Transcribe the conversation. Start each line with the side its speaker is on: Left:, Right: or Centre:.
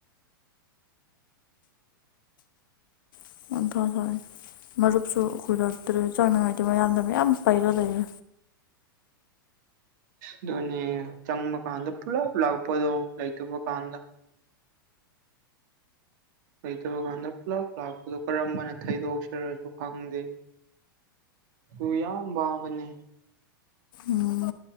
Left: <unintelligible> <unintelligible> ꯃꯔꯨꯞꯁꯨ ꯀꯨꯏꯔꯛꯇ꯭ꯔꯦ ꯆꯪꯅꯤꯡꯉꯥꯏꯗꯤ ꯃꯌꯥꯝꯗ ꯃꯌꯥꯝ ꯄꯥꯏꯔ ꯂꯩꯔꯦ
Right: ꯑꯗꯨꯅꯦ ꯆꯪꯕ ꯀꯥꯟꯗ ꯄꯨꯂꯞ ꯂꯥꯛꯄꯗꯣ ꯂꯩꯇꯕ ꯀꯥꯟꯗ ꯂꯩꯇꯕ ꯀꯥꯟꯗ ꯄꯨꯂꯞ ꯂꯥꯛꯄꯗꯣ ꯀꯔꯝꯕꯅ ꯊꯩꯗꯣꯛꯁꯤꯔꯁꯨ ꯈꯪꯗꯦ ꯑꯗꯨꯨ ꯌꯥꯝ ꯋꯥꯕꯅꯦ
Left: ꯎꯝ